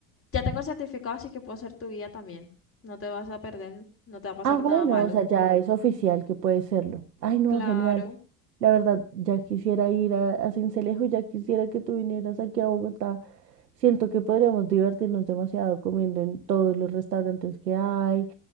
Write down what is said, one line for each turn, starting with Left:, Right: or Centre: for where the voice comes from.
Left: Ya tengo el certificado, así que puedo ser tu guía también. No te vas a perder, no te va a pasar
Right: Ah, bueno,
Left: nada malo.
Right: o sea, ya es oficial que puede serlo. Ay, no,
Left: Claro.
Right: genial. La verdad, ya quisiera ir a, a Sincelejo, ya quisiera que tú vinieras aquí a Bogotá. Siento que podríamos divertirnos demasiado comiendo en todos los restaurantes que hay.